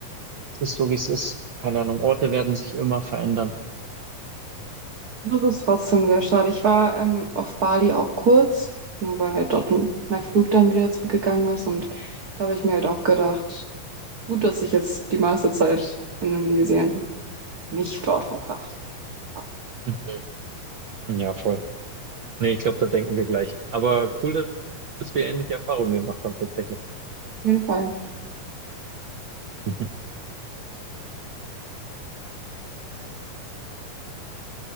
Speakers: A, on the right; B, on the right.
A: es ist so, wie es ist. Keine Ahnung, Orte werden sich immer verändern.
B: Das ist trotzdem sehr schade. Ich war ähm, auf Bali auch kurz, nur weil halt dort m- mein Flug dann wieder zurückgegangen ist. Und da habe ich mir halt auch gedacht, gut, dass ich jetzt die meiste Zeit in Indonesien nicht dort verbracht habe.
A: Mhm. Ja, voll. Nee, ich glaube, da denken wir gleich. Aber cool, dass wir ähnliche Erfahrungen gemacht haben, tatsächlich.
B: Auf jeden Fall.
A: <laughs>